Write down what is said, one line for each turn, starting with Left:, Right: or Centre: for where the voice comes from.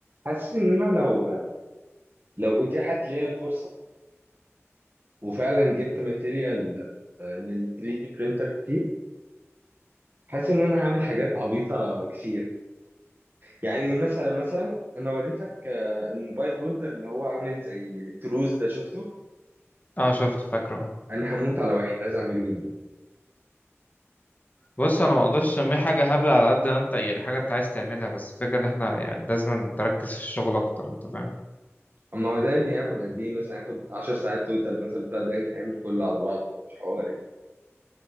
Right: حاسس ان انا لو لو اتيحت ليا الفرصه وفعلا جبت ماتيريال لل 3 دي برينتر كتير حاسس ان انا هعمل حاجات عبيطه كتير يعني مثلا مثلا انا وريتك آه، الموبايل هولدر اللي هو عامل زي تروز ده شفته
Left: اه شفت فاكره اه.
Right: انا هموت على واحد عايز اعمله جدا
Left: بص انا ما اقدرش اسميه حاجه هبله على قد ما انت يعني حاجه انت عايز تعملها بس الفكره ان احنا يعني لازم نركز في الشغل اكتر انت فاهم
Right: اما هو ده يا ابني هياخد قد ايه مثلا هياخد 10 ساعات توتال مثلا بتاع ده يتعمل كله على بعض مش حوار يعني